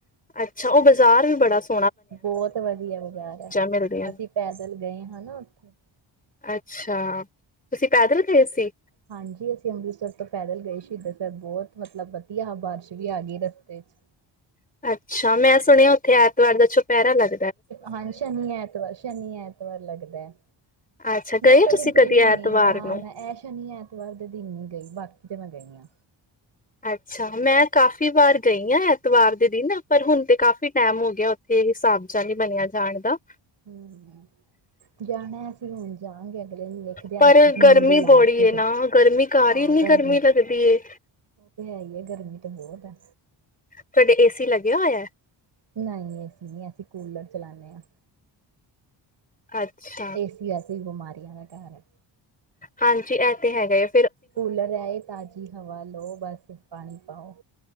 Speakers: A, on the left (about 20°); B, on the right (about 60°).
A: ਅੱਛਾ, ਉਹ ਬਾਜ਼ਾਰ ਵੀ ਬੜਾ ਸੌਣਾ
B: ਬਹੁਤ ਵਧੀਆ ਬਾਜ਼ਾਰ ਹੈ
A: ਮਿਲਦੀਆਂ ਨੇ।
B: ਅਸੀਂ ਪੈਦਲ ਗਏ ਹਨ ਨਾ ਉੱਥੇ
A: ਅੱਛਾ, ਤੁਸੀਂ ਪੈਦਲ ਗਏ ਸੀ?
B: ਹਾਂਜੀ ਅਸੀਂ ਅੰਮ੍ਰਿਤਸਰ ਤੋਂ ਪੈਦਲ ਗਏ ਸ਼ਹੀਦ ਸਾਹਿਬ ਬਹੁਤ ਮਤਲਬ <inaudible> ਬਾਰਿਸ਼ ਵੀ ਆ ਗਈ ਰਸਤੇ ਚ
A: ਅੱਛਾ, ਮੈਂ ਸੁਣਿਆ ਐਤਵਾਰ ਦਾ ਦੁਪਹਿਰਾ ਲੱਦਾ
B: ਹਾਂ ਸ਼ਨੀ ਐਤਵਾਰ ਸ਼ਨੀ ਐਤਵਾਰ ਲੱਗਦਾ ਹੈ
A: ਅੱਛਾ
B: ਮੈਂ
A: ਗਏ
B: ਕਦੇ
A: ਤੁਸੀਂ ਕਦੀ
B: ਗਈ
A: ਐਤਵਾਰ
B: ਨਹੀਂ ਨਾ
A: ਨੂੰ?
B: ਮੈਂ ਇਹ ਸ਼ਨੀ ਐਤਵਾਰ ਦੇ ਦਿਨ ਨੀ ਗਈ ਬਾਕੀ ਤੇ ਮੈਂ ਗਈ ਹਾਂ
A: ਅੱਛਾ ਮੈਂ ਕਾਫ਼ੀ ਵਾਰ ਗਈ ਹਾਂ ਐਤਵਾਰ ਦੇ ਦਿਨ ਪਰ ਹੁਣ ਤੇ ਕਾਫ਼ੀ ਟਾਈਮ ਹੋ ਗਿਆ ਉੱਥੇ ਹਿਸਾਬ ਜ਼ਾ ਨੀ ਬਣਿਆ ਜਾਣ ਦਾ
B: ਹੂੰ ਜਾਣਾ ਅਸੀਂ ਹੁਣ ਜਾ ਗੇ ਅਗਲੇ ਮਹੀਨੇ ਦੇਖਦੇ
A: ਪਰ
B: ਆ ਜੂਨ
A: ਗਰਮੀ
B: ਦੇ ਲਾਸਟ
A: ਬੜੀ
B: ਚ
A: ਏ ਨਾ ਗਰਮੀ ਘਰ
B: ਹਾਂ
A: ਹੀ ਇੰਨੀ
B: ਗਰਮੀ
A: ਲੱਗਦੀ ਏ
B: ਉਹ ਤੇ ਹੈ ਹੀ ਹੈ ਗਰਮੀ ਤੇ ਬਹੁਤ ਆ
A: ਤੁਹਾਡੇ ਏਸੀ ਲੱਗਿਆ ਹੋਇਆ?
B: ਨਹੀਂ ਐਸੀ ਨਹੀਂ ਅਸੀਂ ਕੂਲਰ ਚਲਾਨੇ ਆ।
A: ਅੱਛਾ
B: ਏਸੀ ਵਸੇ ਬਿਮਾਰੀਆਂ ਦਾ ਘਰ ਹੈ।
A: ਹਾਂਜੀ ਇਹ ਤੇ ਹੈਗਾ ਏ
B: ਕੂਲਰ ਹੈਏ ਤਾਜ਼ੀ ਹਵਾ ਲਓ ਬਸ ਪਾਣੀ ਪਾਓ